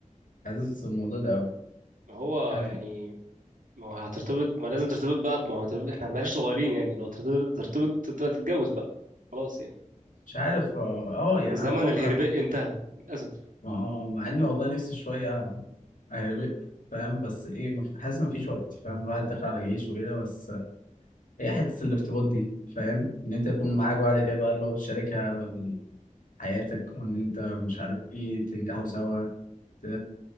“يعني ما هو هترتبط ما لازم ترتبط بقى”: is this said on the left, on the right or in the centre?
Right